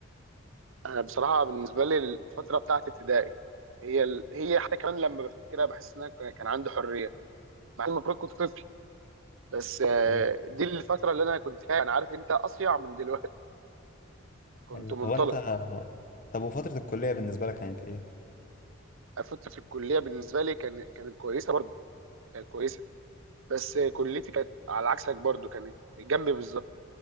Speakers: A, on the right (about 70°); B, on the left (about 40°).
A: انا بصراحه بالنسبه لي الفتره بتاعت ابتدائي هي ال... هي حتى كمان لما بفتكرها بحس ان انا ك- كان عندي حريه مع إن المفروض كنت طفل بس آه،
B: أيوه
A: دي الفتره اللي انا كنت فيها انا عارف انت اصيع من دلوقتي كنت
B: أيوه
A: منطلق
B: هو أنت طب وفترة الكلية بالنسبة لك كانت إيه؟
A: فتره في الكليه بالنسبه لي كان كانت كويسه برضو كانت كويسه بس آه، كليتي كانت على عكسك برضو كانت جنبي بالظبط